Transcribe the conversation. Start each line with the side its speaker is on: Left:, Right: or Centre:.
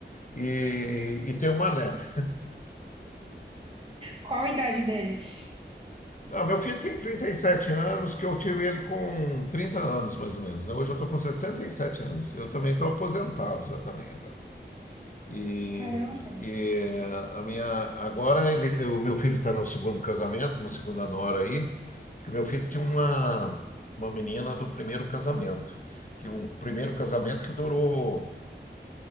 Left: e, e tenho uma neta.
Right: Qual a idade deles?
Left: Não, meu filho tem 37 anos, que eu tive ele com 30 anos, mais ou menos. né? Hoje eu estou com 67 anos. Eu também estou aposentado já também agora. E,
Right: Caramba,
Left: e a minha agora ele, o meu filho está no segundo casamento, uma segunda nora aí, porque meu filho tinha uma uma menina do primeiro casamento, que um primeiro casamento que durou